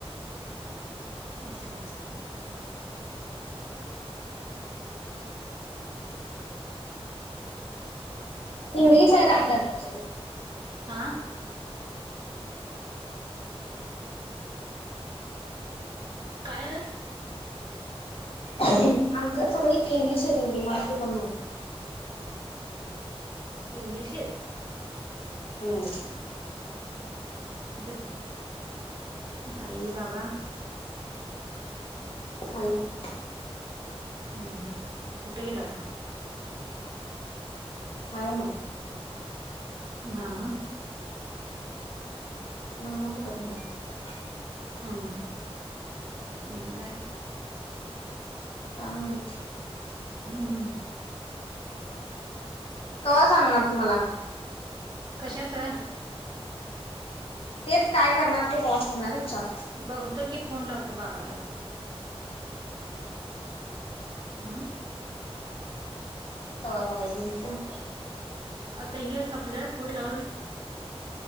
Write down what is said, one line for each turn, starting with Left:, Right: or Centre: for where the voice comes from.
Right: असला कसला? हं.
Left: इंग्लिश आहे त्यात सगळं.
Right: आं? काय?
Left: आमच्यात सगळी इंग्लिश आहेत म्हणले मराठी कोण नाही.
Right: इंग्लिशेत?
Left: हं.
Right: हं, असुदेत. आई बाबा?
Left: हाय की
Right: हं हं, कुठे गेला आता?
Left: हाय ना
Right: मामा
Left: मामा कुठं बाहेर
Right: ह हा अ काय
Left: काय नाही.
Right: हम्
Left: कव सांगणार तुम्हाला
Right: कशाच
Left: तेच काय करणार ते ते्हा सांगणार विचार
Right: बघतो की फोन लावतो बाबाला आम
Left: हवा ना वाजे हो का
Right: आता हेच आपल्याला पोट लावून